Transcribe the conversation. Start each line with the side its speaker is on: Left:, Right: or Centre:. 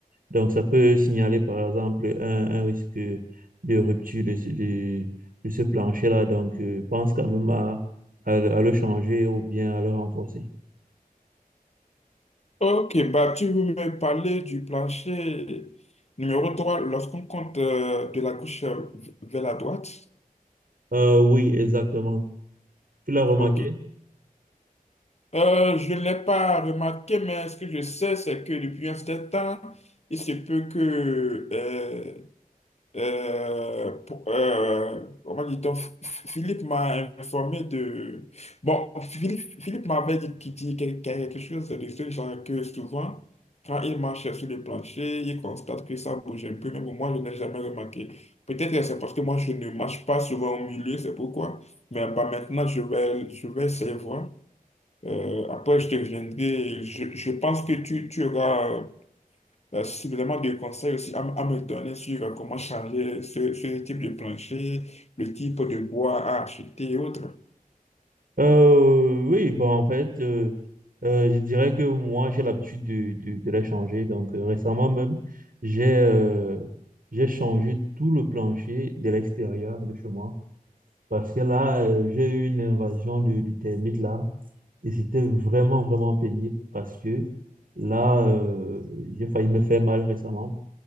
Right: Donc, ça peut signaler, par exemple, un, un risque de rupture de, ce- de, de ce plancher-là. Donc, euh, pense quand même à, à, à le changer ou bien à le renforcer.
Left: Ok, bah tu veux me parler du plancher numéro 3 lorsqu'on compte euh, de la gauche euh, v- vers la droite?
Right: Euh, oui, exactement. Tu l'as remarqué?
Left: Ok. Euh, je ne l'ai pas remarqué, mais ce que je sais, c'est que depuis un certain temps, il se peut que euh, Euh, pour- euh, comment dit-on? F- F- Philippe m'a informé de... Bon, Philippe, Philippe m'avait dit qu'il dit quel- quelque chose de ce genre que souvent, quand il marche sur le plancher, il constate que ça bouge un peu, mais pour moi, je n'ai jamais remarqué. Peut-être que c'est parce que moi, je ne marche pas souvent au milieu, c'est pourquoi. Mais bah, maintenant, je vais, je vais essayer de voir. Euh, après, je te reviendrai. Je, je pense que tu, tu auras euh, suffisamment de conseils aussi à, m- à me donner sur euh, comment changer ce, ce type de plancher, le type de bois à acheter et autres.
Right: Euh, oui, bon, en fait, euh, euh, je dirais que moi, j'ai l'habitude de, de, de les changer. Donc, euh, récemment même, j'ai euh, j'ai changé tout le plancher de l'extérieur de chez moi. Parce que là, euh, j'ai eu une invasion du de termites là. Et c'était vraiment, vraiment pénible parce que là, euh, j'ai failli me faire mal récemment